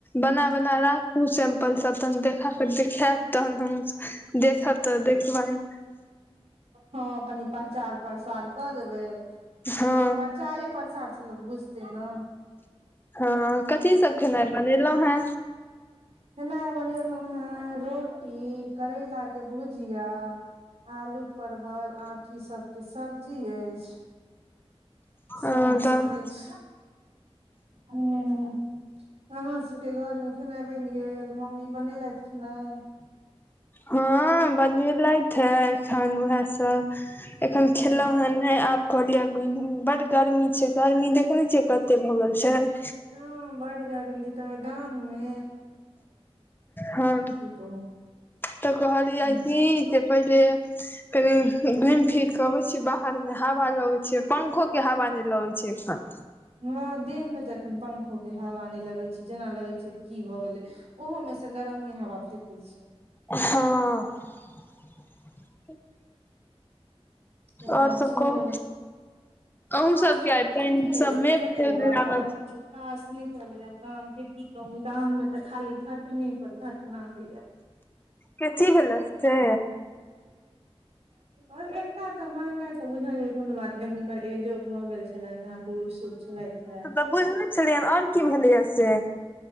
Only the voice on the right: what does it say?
हँ कनि प्रचार- प्रसार क देबै कियकि
प्रचारे प्रसार स लोक बुझतै न।
खेनाय बनेलहुँ हैं रोटी करे रेलाके भुजिया, आलू परवल आँठी सबके सब्जी अइछ सेहे
सब
अइछ हुँ, आँहा सब के घरमे खेनाइ बनि गेल मम्मी बनेेलैथ खेनाइ।
ह
हँ बड गरमी छैय तयमे गाममे।
कहू
ह
हँ देहमे त एखन पंखो के हावा नहि लगै छैय जेना लगै छैय की भ गेलै। ओहोमेस गरममे हवा फेेकय छैय।
उहे
छैय।
और
सब
ठीके
अइ
बुझलिए
बौआ
और किछो खास नहि चलैया गामके की कहू गाममे त खाली घटने पर घटना होइये।
आर एकटा तऽ मरनाय तऽ बुझलियै कोनो बात नै हुनकर एजो भ गेल छलैन। छलैने बूड़ सूर छलैथे-